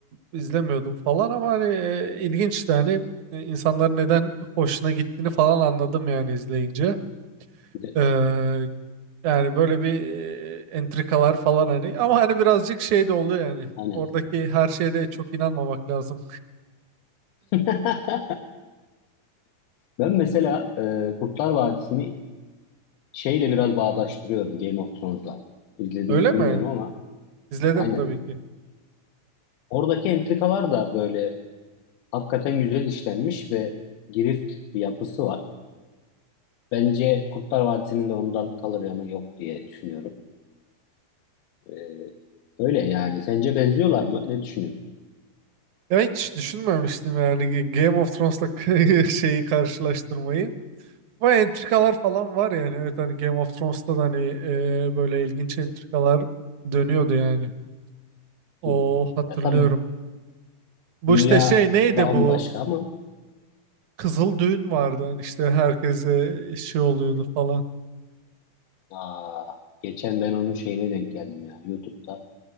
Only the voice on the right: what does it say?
izlemiyordum falan ama hani e, ilginçti hani e, insanların neden hoşuna gittiğini falan anladım yani izleyince.
Ee, yani böyle bir e, entrikalar falan hani ama hani birazcık şey de oluyor yani
oradaki her şeye de çok inanmamak lazım.
Öyle
mi?
İzledim
tabii ki.
Ya hiç düşünmemiştim yani Game of Thrones'la <laughs> şeyi karşılaştırmayı. Ama entrikalar falan var yani. Evet hani Game of Thrones'ta da hani e, böyle ilginç entrikalar dönüyordu yani. O
hatırlıyorum.
Bu
işte şey neydi
bu?
Kızıl düğün vardı hani işte herkese şey oluyordu falan.